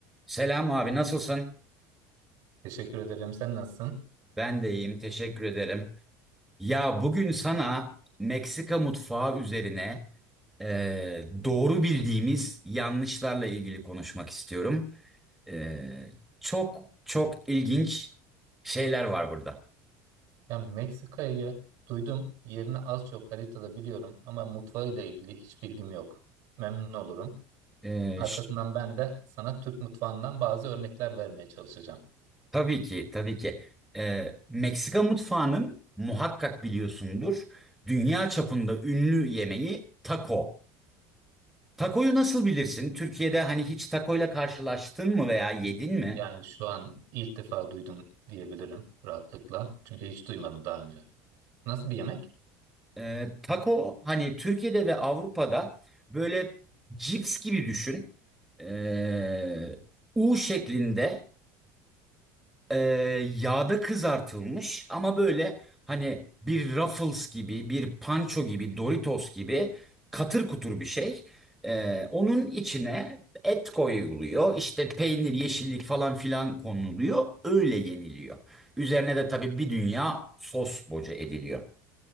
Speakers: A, in the centre; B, on the right.
A: Selam abi nasılsın?
B: Teşekkür ederim. Sen nasılsın?
A: Ben de iyiyim teşekkür ederim. Ya bugün sana Meksika mutfağı üzerine e, doğru bildiğimiz yanlışlarla ilgili konuşmak istiyorum. E, çok çok ilginç şeyler var burada.
B: Ya Meksika'yı duydum. Yerini az çok haritada biliyorum ama mutfağıyla ilgili hiç bilgim yok. Memnun olurum.
A: E,
B: Arkasından
A: ş-
B: ben de sana Türk mutfağından bazı örnekler vermeye çalışacağım.
A: tabii ki tabii ki E, Meksika mutfağının muhakkak biliyorsundur dünya çapında ünlü yemeği taco. Takoyu nasıl bilirsin? Türkiye'de hani hiç takoyla karşılaştın mı veya yedin mi?
B: Yani şu an ilk defa duydum diyebilirim rahatlıkla. Çünkü hiç duymadım daha önce. Nasıl bir yemek?
A: Ee, tako hani Türkiye'de ve Avrupa'da böyle cips gibi düşün. Ee, U şeklinde e, yağda kızartılmış ama böyle hani bir Ruffles gibi, bir Pancho gibi, Doritos gibi katır kutur bir şey. E, onun içine et koyuluyor, işte peynir, yeşillik falan filan konuluyor, öyle yeniliyor. Üzerine de tabii bir dünya sos boca ediliyor.